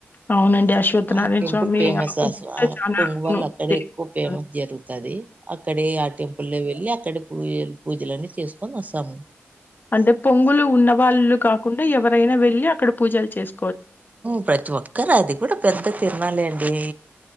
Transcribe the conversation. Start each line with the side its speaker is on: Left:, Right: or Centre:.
Left: అవునండి అశ్వత్థనారాయణ
Right: ఆ టెంపుల్
Left: స్వామి
Right: ఫేమస్
Left: ఆ గుడి
Right: అస్వా
Left: కూడా చాలా
Right: పొంగువాల్
Left: అవును
Right: అక్కడే
Left: దేవస్థానం.
Right: ఎక్కువ ఫేమస్ జరుగుతది. అక్కడ అక్కడే ఆ టెంపుల్లో వెళ్ళి అక్కడ పూజలు పూజలన్ని చేసుకొని వస్తాము.
Left: అంటే పొంగులు ఉన్న వాళ్ళు కాకుండా ఎవరైనా వెళ్ళి అక్కడ పూజలు చేస్
Right: ప్రతి ఒక్కరు అది కూడా పెద్ద తిర్నాల్లే అండి.